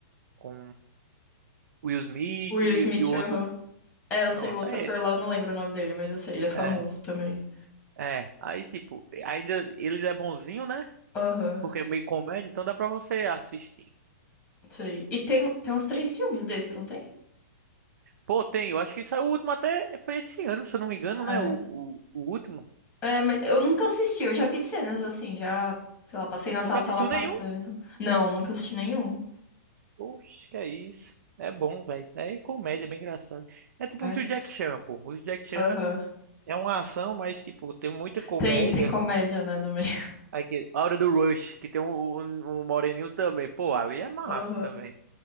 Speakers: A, on the right (about 65°); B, on the left (about 15°).
A: com Will Smith
B: Will
A: e,
B: Smith,
A: e o outro.
B: aham. É, eu
A: Pronto,
B: sei, o outro
A: aí.
B: ator lá, eu não lembro o nome dele, mas eu sei, ele é famoso
A: É,
B: também.
A: é. Aí, tipo, ainda eles é bonzinho, né?
B: Aham,
A: Porque é meio comédia, então dá pra você assistir.
B: sei. E tem, tem uns três filmes desse, não tem?
A: Pô, tem, eu acho que saiu o último até foi esse ano, se eu não me engano,
B: É.
A: né? O, o, o último.
B: É, mas eu nunca assisti, eu já vi cenas assim, já, sei lá, passei na sala,
A: Nunca assistiu
B: tava passando.
A: nenhum?
B: Não, nunca assisti nenhum.
A: Oxe, que é isso. É bom, velho. É comédia, bem engraçado. É tipo
B: É?
A: os do Jack Chan, pô. Os do Jack Chan
B: Aham.
A: é uma ação, mas, tipo, tem muita comédia.
B: Tem, tem comédia, né, no meio.
A: Aqui, a Hora do Rush, que tem um, um, um moreninho também. Pô, ali é massa
B: Aham,
A: também.